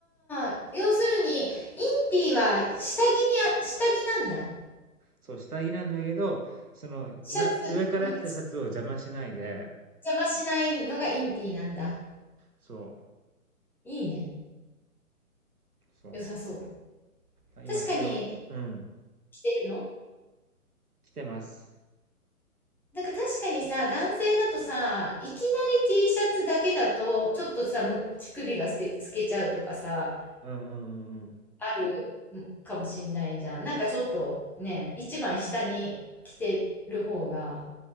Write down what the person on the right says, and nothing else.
そう、下着なんだけど、その、
な、上から着たシャツを邪魔しないで、
そう、
そ
う。今それを、
うん、
着てます。
うんうんうんうん。